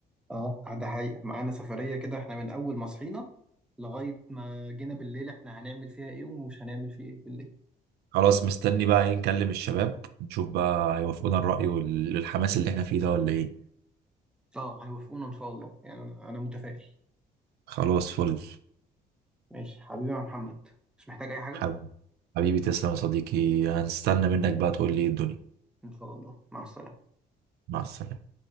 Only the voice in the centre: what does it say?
اه ده حقيقه معانا سفريه كده احنا من اول ما صحينا لغايه ما جينا بالليل احنا هنعمل فيها ايه ومش هنعمل فيه ايه بالليل
اه هيوافقونا ان شاء الله يعني انا أنا متفائل
ماشي حبيبي يا محمد مش محتاج اي حاجه
ان شاء الله مع السلامه